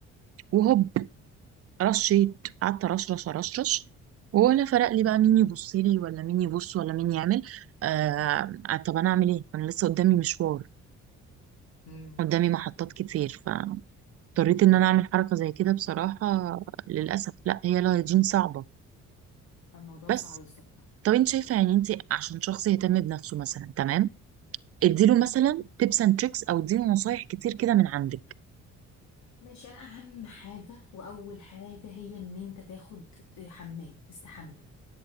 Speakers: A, on the right; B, on the left.
A: وهوب رشيت قعدت رشرش رشرش ولا فرق لي بقى مين يبص لي ولا مين يبص ولا مين يعمل آه آه، طب انا اعمل ايه انا لسه قدامي مشوار
B: امم
A: قدامي محطات كتير فاضطريت ان انا اعمل حركه زي كده بصراحه للاسف لا هي الهيجين صعبه
B: الموضوع
A: بس
B: صعب الصراحه
A: طب انت شايفه يعني انت عشان شخص يهتم بنفسه مثلا تمام اديله مثلا تيبس اند تريكس او اديله نصايح كتير كده من عندك
B: ماشي انا اهم حاجه واول حاجه هي ان انت تاخد حمام تستحمى